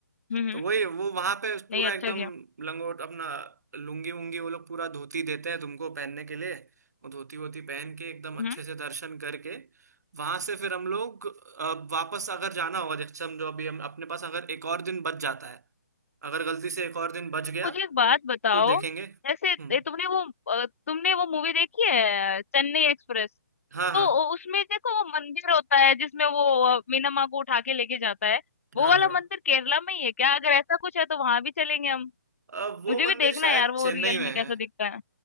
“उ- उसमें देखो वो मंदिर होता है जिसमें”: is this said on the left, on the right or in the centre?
Left